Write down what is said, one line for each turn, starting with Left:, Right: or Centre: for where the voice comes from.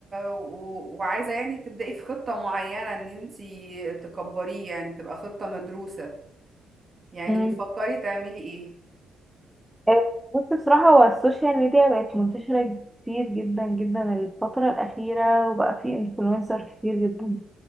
Right: و... وعايزة يعني تبدأي في خطة معينة ان انت تكبريه يعني تبقى خطة مدروسة يعني
Centre: مم.
Right: بتفكري تعملي ايه؟
Centre: آه، بص بصراحة هو السوشيال ميديا بقت منتشرة كتير جدا جدا الفترة الأخيرة وبقى في انفلونسر كتير جدا